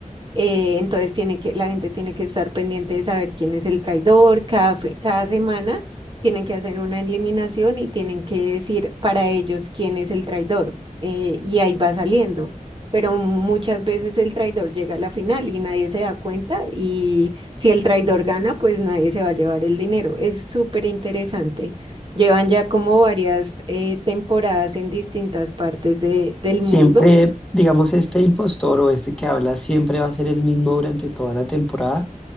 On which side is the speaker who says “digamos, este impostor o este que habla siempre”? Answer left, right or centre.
Centre